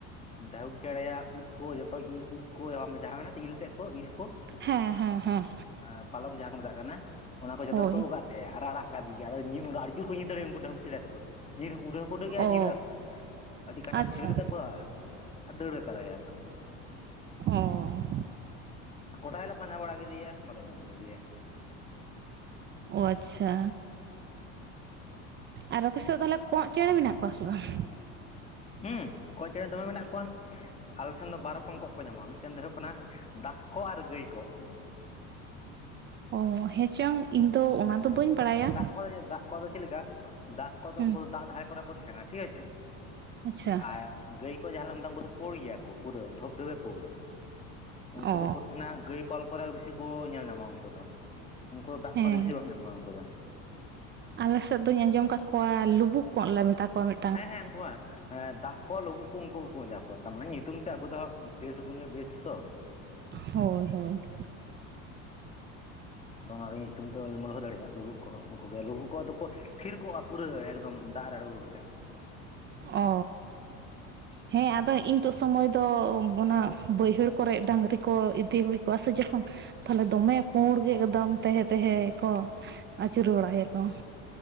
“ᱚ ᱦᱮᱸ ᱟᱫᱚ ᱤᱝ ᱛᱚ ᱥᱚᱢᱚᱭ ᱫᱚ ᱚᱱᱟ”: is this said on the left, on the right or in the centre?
Right